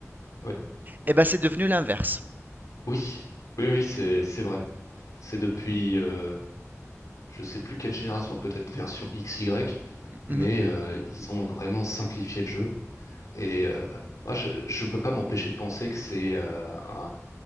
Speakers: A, on the left; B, on the right.
A: ouais.
B: Et ben, c'est devenu l'inverse.
A: Oui, oui, oui, c'est c'est vrai. C'est depuis, euh, je sais plus quelle génération, peut-être version XY,
B: Mhm,
A: mais euh, ils ont vraiment simplifié le jeu. Et euh, moi, je, je peux pas m'empêcher de penser que c'est euh, un-